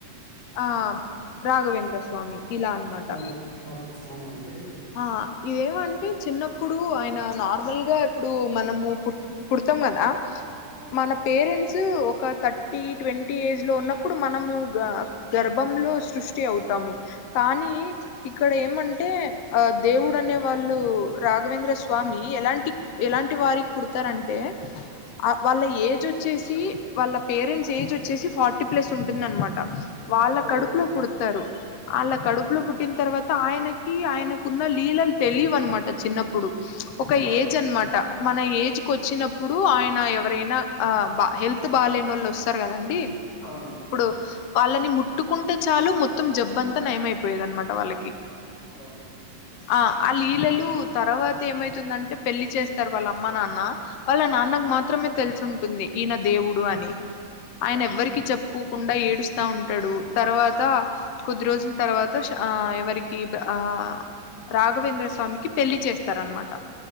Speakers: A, on the left (about 75°); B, on the left (about 55°).
A: ఆ రాఘవేంద్ర స్వామి ఇలా అనమాట
B: ఔ <inaudible> అవునా అండి
A: ఆ ఇదేమంటే చిన్న ప్పుడు ఆయన నార్మల్ గా ఇప్పుడు మనము పుట్ పుడతాం కదా
B: అవును
A: మన పేరెంట్ సు ఒక థర్టీ ట్వంటీ ఏజ్ లో ఉన్నప్పుడు మనము గ గర్భంలో సృష్టి అవుతాము కానీ ఇక్కడ ఏమంటే ఆ దేవుడు అనే వాళ్ళు రాఘవేంద్ర స్వామి ఎలాంటి ఎలాంటి వారి పుడతారంటే ఆ వాళ్ళ ఏజ్ వచ్చేసి వాళ్ళ పేరెంట్స్ ఏజొచ్ చ్చేసి ఫార్టీ ప్లస్ ఉంటుంది అనమాట వాళ్ళ
B: ఓ
A: కడుపులో పుడతారు ఆళ్ళ
B: అవునా
A: కడుపులో పుట్టిన తర్వా తాయనకి ఆయన కున్న లీలలు తెలివనమాట చిన్నప్పుడు ఒక
B: ఆ
A: ఏజ్ అనమాట మన ఏజ్ కు వచ్చినప్పుడు ఆయన ఎవరైనా ఆ బా హెల్త్ బాలేనోళ్ళు వస్తారు కదండి
B: అవునండి
A: ఇప్పుడు వాళ్ళని ముట్టుకుంటే చాలు మొత్తం జబ్బంతా నయమైపోయేది అనమాట వాళ్ళకి
B: ఓ
A: ఆ ఆ లీలలు
B: అదే
A: తర్వాత ఏమైతుందంటే పెళ్ళి చేస్తారు వాళ్ళ అమ్మ నాన్న వాళ్ళ నాన్నకు మాత్రమే తెలిసుంటుంది ఈయన దేవుడు అని
B: ఆ
A: ఆయన
B: ఆ
A: ఎవ్వరికి చెప్పుకోకుండా ఏడు స్తా ఉంటాడు తర్వాత కొద్ది రోజుల తర్వాత ఆ ఎవరికి ఆ రాఘవేంద్ర స్వామికి పెళ్లి చేస్ తారనమాట